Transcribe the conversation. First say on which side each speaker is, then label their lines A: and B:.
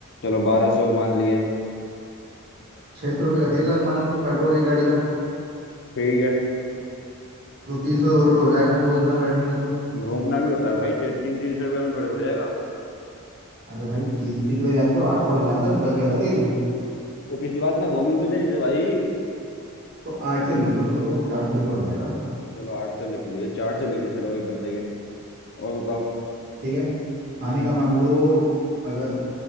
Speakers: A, on the left; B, on the right.
A: चलो बारह सौ मान लिए
B: छह सौ रुपये का तेल लग मान लो पेट्रोल एक गाड़ी का
A: ठीक है
B: तो तीन सौ रुपये हो जाएगा दो इंसान बैठेंगे तो
A: घूमना भी होता है भाई छः तीन तीन सौ रुपये में थोड़ी हो जाएगा
B: अरे भाई पी- पिछली बार याद करो आठ सौ का डलाया था बच गया था तेल
A: तो पिछली बार इतना घूमे भी तो नहीं थे भाई
B: तो आठ सौ लिख लो चलो चार सौ रुपये हो जाएगा
A: चलो आठ सौ लिख लिए चार सौ लिख लिए चलो एक बंदे के और बताओ
B: ठीक है खाने
A: हम्म
B: का मान लो अगर